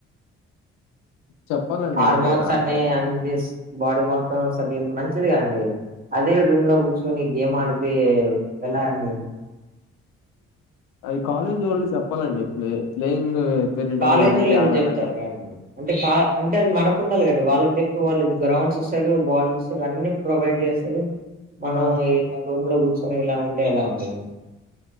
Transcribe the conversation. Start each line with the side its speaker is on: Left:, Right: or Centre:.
Left: చెప్పాలండి
Right: హార్మోన్స్
Left: అయితే దాంట్లో
Right: అన్ని
Left: చెప్పి
Right: అంది బాడీ మొత్తం సర్కులేట్ మంచిది కదండి అదే రుమ్లో కూర్చుని గేమ్ ఆడితే ఎలా అండి
Left: అది కాలేజ్ వోళ్ళు చెప్పాలండి ప్లే ప్లేయింగ్ పీరియడ్
Right: కాలెజ్
Left: రండి
Right: వొళ్ళు
Left: ఆడాలని
Right: చెప్తతారు అంటే కా అంటే అది మనకు ఉండాలి. కదండి వాళ్ళకి చెప్పితే వాళ్ళు గ్రౌండ్స్ ఇస్తారు. బాల్ చూస్తారు అన్ని ప్రొవైడ్ చేస్తారు మనం
Left: ఆ
Right: ఈ రూమ్ లో కూర్చొని ఇలా ఉంటే ఎలా అంది